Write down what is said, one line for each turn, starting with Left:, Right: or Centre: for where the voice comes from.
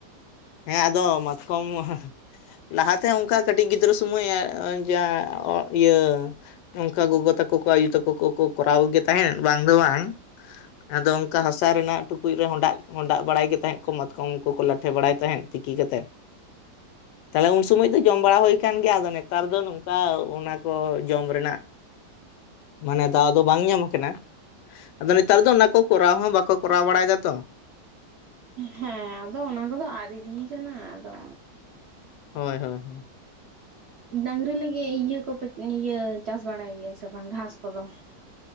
Left: ᱦᱮᱸ ᱟᱫᱚ ᱢᱟᱛᱠᱚᱢ ᱞᱟᱦᱟᱛᱮ ᱚᱱᱠᱟ ᱠᱟᱹᱴᱤᱡ ᱜᱤᱫᱽᱨᱟᱹ ᱥᱩᱢᱟᱹᱭ ᱡᱟ ᱤᱭᱟᱹ ᱚᱱᱠᱟ ᱜᱚᱜᱚ ᱛᱟᱠᱚ ᱠᱚ ᱟᱭᱩ ᱛᱟᱠᱚ ᱠᱚᱠᱚ ᱠᱚᱨᱟᱣ ᱜᱮ ᱛᱟᱦᱮᱫ ᱵᱟᱝ ᱫᱚ ᱵᱟᱝ ᱟᱫᱚ ᱚᱱᱠᱟ ᱦᱟᱥᱟ ᱨᱮᱱᱟᱜ ᱴᱩᱠᱩᱡ ᱨᱮ ᱦᱚᱰᱟᱜ, ᱦᱚᱰᱟᱜ ᱵᱟᱲᱟᱭ ᱜᱮ ᱛᱟᱦᱮᱜ ᱠᱚ ᱢᱟᱛᱠᱚᱢ ᱠᱚᱠᱚ ᱞᱟᱴᱷᱮ ᱵᱟᱲᱟᱭ ᱛᱟᱦᱮᱫ ᱛᱤᱠᱤ ᱠᱟᱛᱮᱫ <inaudible> <unintelligible> <inaudible> <unintelligible> <inaudible> <inaudible> <unintelligible> <inaudible> <unintelligible> <inaudible> <inaudible> <unintelligible> <inaudible> <unintelligible> <unintelligible> <inaudible> <unintelligible> ᱛᱟᱦᱞᱮ ᱩᱱ ᱥᱩᱢᱟᱹᱡ ᱫᱚ ᱡᱚᱢ ᱵᱟᱲᱟ ᱦᱳᱭ ᱠᱟᱱ ᱜᱮᱭᱟ ᱟᱫᱚ ᱱᱮᱛᱟᱨ ᱫᱚ ᱱᱚᱝᱠᱟ ᱚᱱᱟ ᱠᱚ ᱡᱚᱢ ᱨᱮᱱᱟᱜ ᱢᱟᱱᱮ ᱫᱟᱣ ᱫᱚ ᱵᱟᱝ ᱧᱟᱢ ᱠᱟᱱᱟ, ᱟᱫᱚ ᱱᱮᱛᱟᱨ ᱫᱚ ᱚᱱᱟ ᱠᱚ ᱠᱚᱨᱟᱣ ᱦᱚᱸ ᱵᱟᱠᱚ ᱠᱚᱨᱟᱣ ᱵᱟᱲᱟᱭ ᱫᱟᱛᱚ᱾
Right: ᱦᱮᱸ ᱟᱫᱚ ᱚᱱᱟ ᱠᱚᱫᱚ ᱟᱫ ᱤᱫᱤ ᱠᱟᱱᱟ ᱟᱫᱚ᱾
Left: ᱦᱳᱭ ᱦᱳᱭ ᱦᱳᱭ᱾
Right: ᱰᱟᱝᱨᱤ ᱞᱟᱹᱜᱤᱜ ᱤᱭᱟᱹ ᱠᱚᱯᱮ ᱤᱭᱟᱹ ᱪᱟᱥ ᱵᱟᱲᱟᱭ ᱜᱮᱭᱟ ᱥᱮ ᱵᱟᱝ ᱜᱷᱟᱥ ᱠᱚᱫᱚ?